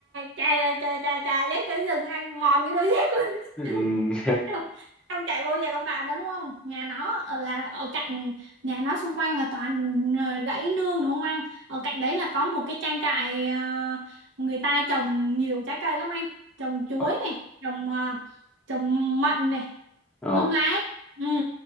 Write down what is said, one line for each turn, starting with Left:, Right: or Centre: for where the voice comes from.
Right: trà trà trà, trà dép tới rừng anh mòn cái đôi dép luôn
Centre: ừ
Right: xong, xong, xong chạy vô nhà con bạn đó đúng không nhà nó ở là ở cạnh nhà nó xung quanh là toàn ờ, rẫy nương đúng không anh ở cạnh đấy là có một cái trang trại ờ, người ta trồng nhiều trái cây lắm anh trồng chuối
Centre: ờ
Right: này trồng ờ, trồng mận này
Centre: Ờ.
Right: lung lá ừ